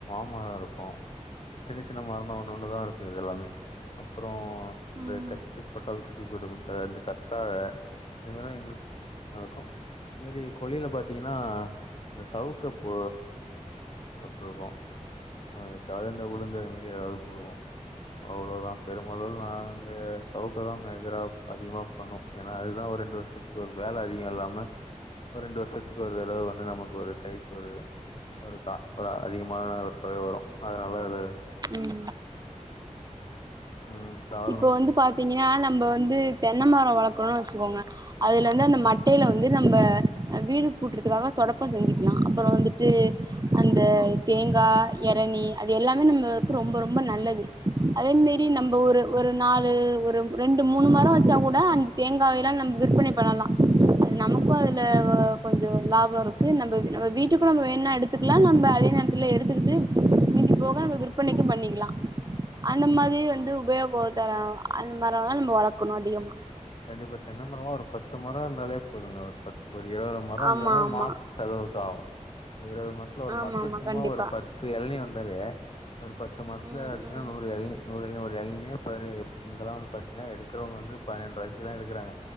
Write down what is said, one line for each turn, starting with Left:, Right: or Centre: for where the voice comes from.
Left: மரம் இருக்கும் சின்ன சின்ன மரம்ந்தான் ஒண்ணு ஒண்ணு தான் இருக்கும் இதெல்லாமே அப்புறம் அந்த
Right: ஆ ம்
Left: கட்டிப்பட்டல் கட்டி போடும் இந்த கத்தாழ இதுமாரி எங்களுக்கும் இது மாரி கொல்லையில பாத்தீங்கன்னா இந்த சவுக்கு போ போட்டிருக்கோம் ஆஹ இப்ப அதாவது உளுந்து அது மாரி ஏதாவது போடுவோம் அவ்வளவுதான் பெருமளவு நாங்க சவுக்க தான் மேஜரா அதிகமா பண்ணுவோம் ஏன்னா அதுதான் ஒரு ரெண்டு வருஷத்துக்கு ஒரு வேலை அதிகம் இல்லாம ஒரு ரெண்டு வருஷத்துக்கு ஒரு தடவை வந்து நமக்கு ஒரு கை ஒரு ஒரு க ஒரு அதிக ம ஒரு தொகை வரும் அதனால அது
Right: உம்
Left: ம் தாவரங்களையும்
Right: இப்ப வந்து
Left: திரி
Right: பாத்தீங்கன்னா நம்ப வந்து தென்னை மரம் வளக்கணும்னு வச்சுக்கோங்க அதுல இருந்து அந்த ம மட்டையில வந்து நம்ம வீடு கூட்டுறதுக்காக தொடப்பம் செஞ்சுக்கலாம் அப்புறம் வந்துட்டு அந்த தேங்காய் இளணி அது எல்லாமே நம்மளுக்கு ரொம்ப ரொம்ப நல்லது அதேமாரி எப்டி நம்ம ஒரு ஒரு நாலு ஒரு ரெண்டு மூணு மரம் வச்சா கூட அந்த தேங்காயை எல்லாம நம்ம விற்பனை பண்ணலா அது நமக்கும் அதுல கொஞ்சோ லாபம் இருக்கு நம்ம நம்ம வீட்டுக்கும் நம்ம வேணும்னா எடுத்துக்கலாம் நம்ம அதே நேரத்துல எடுத்துக்கிட்டு மீதி போக நம்ம விற்பனைக்கும் பண்ணிக்கலாம் அந்த மாரி
Left: ம்.
Right: உபயோகம் தர அந்த மரம் எல்லா நம்ம வளக்கணும் அதிகமா
Left: கண்டிப்பா தென்னை மரம் ஒரு பத்து மரம் இருந்தாலே போதுங்க ஒரு பத் ஒரு இருவது மரம்
Right: ஆமா
Left: இருந்ததுனா
Right: ஆமா
Left: மாச செலவுக்கு ஆகும் ஒரு இருவது மரத்துல ஒரு
Right: ஆமா
Left: மரத்துல
Right: ஆமா
Left: சும்மா
Right: கண்டிப்பா
Left: ஒரு பத்து இளநீ வ வேலையே ஒரு பத்து மரத்துல
Right: ம்
Left: அறுத்தனா
Right: ம்
Left: நூறு இளநீ நூறு இளநீ பதனியோ இங்க வந்து பாத்தீங்கன்னா எடுக்கிறவங்க வந்து பதினெண்டு ரூபாய் தா எடுக்குறாங்க